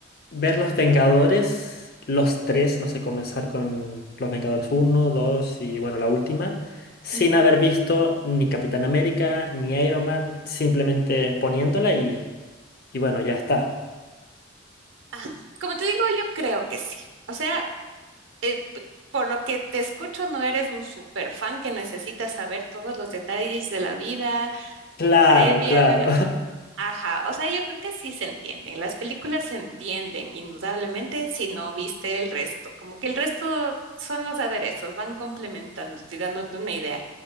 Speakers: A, on the left (about 50°); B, on the right (about 75°).
A: ver Los Vengadores, los tres, no sé, comenzar con Los Vengadores uno, 2 y bueno, la última, sin
B: Ujú.
A: haber visto ni Capitán América, ni Iron Man, simplemente poniéndola Y bueno, ya está.
B: Ah, como te digo, yo creo que sí. O sea, eh, p- por lo que te escucho, no eres un super fan que necesita saber todos los detalles de la vida
A: Claro,
B: previa.
A: claro.
B: Ajá, o sea, yo creo que sí se entienden. Las películas se entienden, indudablemente, si no viste el resto. Como que el resto son los aderezos, van complementando, y dándote una idea.